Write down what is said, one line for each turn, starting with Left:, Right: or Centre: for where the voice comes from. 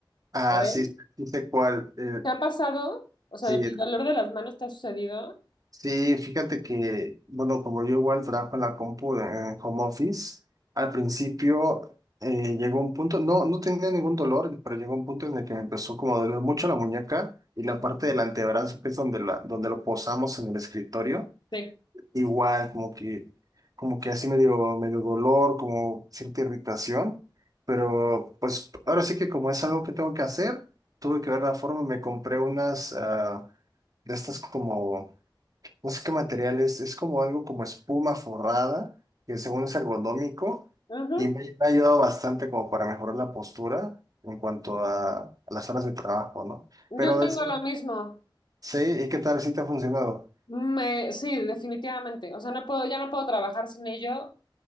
Right: ah,
Left: ¿sabes?
Right: sí, sí sé cuál. eh,
Left: ¿Te ha pasado? O sea,
Right: sí,
Left: ¿el dolor de las manos te ha sucedido?
Right: sí, fíjate que, bueno, como yo igual trabajo en la compu en home office, al principio eh, llegó un punto, no, no tenía ningún dolor, pero llegó un punto en el que me empezó como a doler mucho la muñeca y la
Left: Ujú.
Right: parte del antebrazo, que es donde, la, donde lo posamos en el escritorio.
Left: Sí.
Right: igual, como que, como que así medio, medio dolor, como cierta irritación, pero pues ahora sí que como es algo que tengo que hacer, tuve que ver la forma, me compré unas ah, de estas como, no sé qué material es, es como algo como espuma forrada, que según es ergonómico,
Left: Ujú.
Right: y me, me ha ayudado bastante como para mejorar la postura en cuanto a, a las horas de trabajo, ¿no?
Left: Yo
Right: Pero
Left: tengo
Right: del,
Left: lo mismo.
Right: sí, ¿y qué tal si te ha funcionado?
Left: Me, sí, definitivamente. O sea, no puedo, ya no puedo trabajar sin ello